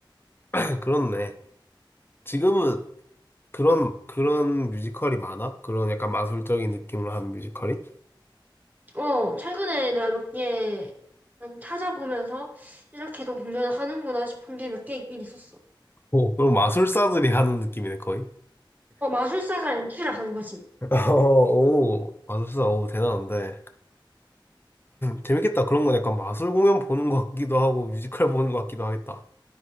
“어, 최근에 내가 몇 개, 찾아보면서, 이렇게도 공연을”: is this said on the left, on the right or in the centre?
Right